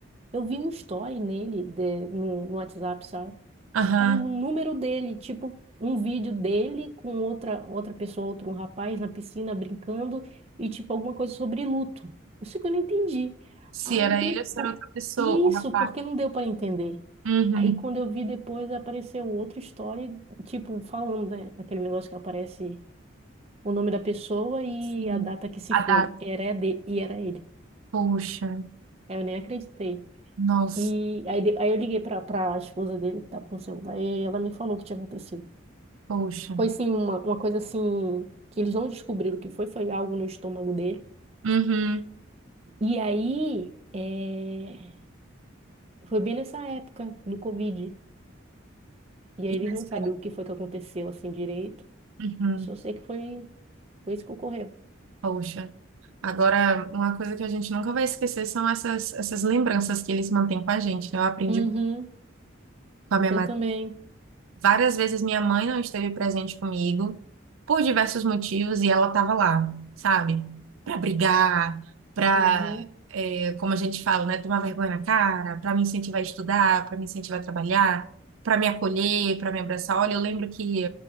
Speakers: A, on the right (about 30°); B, on the right (about 80°).
A: eu vi um story nele de- no, no WhatsApp, sabe?
B: Aham.
A: Aí no número dele, tipo, um vídeo dele com outra outra pessoa, outro rapaz na piscina brincando e tipo alguma coisa sobre luto. Isso que eu não entendi.
B: Se
A: Aí
B: era
A: depois
B: ele ou se era outra pessoa,
A: isso,
B: o rapaz.
A: porque não deu para entender.
B: Uhum.
A: Aí quando eu vi depois apareceu outra história, tipo, falando, né, aquele negócio que aparece o nome da pessoa e
B: Sim.
A: a data que se
B: A
A: foi.
B: data.
A: Era é de e era ele.
B: Poxa.
A: Aí Eu nem acreditei.
B: Nossa.
A: E aí, de- aí eu liguei pra, pra esposa dele que tava com o celular e ela me falou o que tinha acontecido.
B: Poxa.
A: Foi sim uma, uma coisa assim que eles não descobriram o que foi, foi algo no estômago dele.
B: Uhum.
A: E aí é, foi bem nessa época do Covid. E aí
B: Inesperado.
A: eles não sabiam o que foi que aconteceu assim direito.
B: Uhum.
A: Eu só sei que foi, foi isso que ocorreu.
B: Poxa. Agora, uma coisa que a gente nunca vai esquecer são essas, essas lembranças que eles mantêm com a gente, né? Eu aprendi
A: Uhum,
B: com a minha
A: eu
B: mãe.
A: também.
B: Várias vezes minha mãe não esteve presente comigo. por diversos motivos e ela estava lá, sabe? Pra brigar, pra,
A: Uhum,
B: é, como a gente fala, né, tomar vergonha na cara, pra me incentivar a estudar, pra me incentivar a trabalhar, pra me acolher, pra me abraçar. Olha, eu lembro que